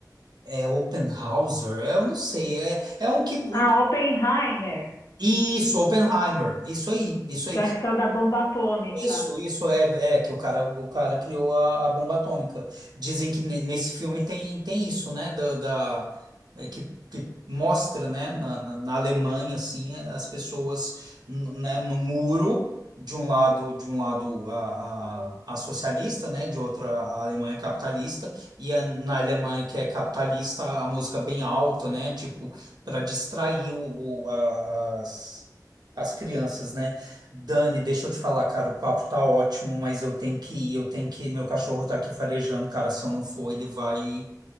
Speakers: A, on the right; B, on the left.
A: é Oppenhauser, é, eu não sei, é, é um que. Um,
B: Ah, Oppenheimer.
A: isso, Oppenheimer, isso aí, isso aí.
B: que eu acho que é o da bomba atômica.
A: Isso, isso é, é que o cara, o cara criou a, a bomba atômica. Dizem que ne- nesse filme tem, tem isso, né? Da, da- é, que, que mostra, né? Na, na, na Alemanha, assim, as pessoas, n- né? No muro, de um lado, de um lado a, a, a socialista, né? De outra a Alemanha capitalista. E a- na Alemanha que é capitalista, a música bem alta, né? Tipo, para distrair o, o- a- as, as crianças, né? Dani, deixa eu te falar, cara, o papo tá ótimo, mas eu tenho que ir, eu tenho que ir. Meu cachorro tá aqui farejando, cara. Se eu não for, ele vai,